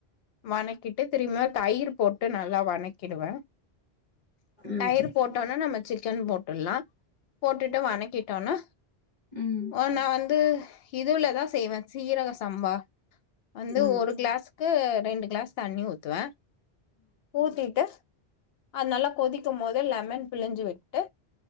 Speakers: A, on the left; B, on the left.
A: வணக்கிட்டு திருமியு தயிர் போட்டு நல்லா வணக்கிடுவ
B: ம்
A: எர் போட்டோனா நம்ம சிக்கன் போட்டுலாம் போட்டுட்டு வனகிட்டோனா
B: ம்
A: உ நா வந்து இதுலதா செய்வ சீரக சம் வந்து
B: ம்
A: ஒரு கிளாஸ்க்கு ரெண்டு கிளாஸ் தண்ணி ஊத்துவ ஊத்திட்டு அதுனால கொதிக்கும் போது லெமன் புழிஞ்சு விட்டு